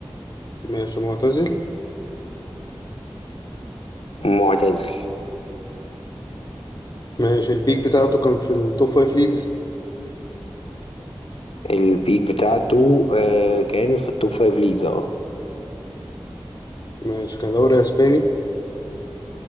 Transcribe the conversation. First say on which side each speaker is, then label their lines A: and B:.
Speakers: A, on the left (about 40°); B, on the left (about 85°).
A: ماشي معتزل
B: معتزل
A: ماشي البيك بتاعته كان في التوب فايف ليجز
B: البيك بتاعته آه كانت في التوب فايف ليجز اه
A: ماشي كان دوري أسباني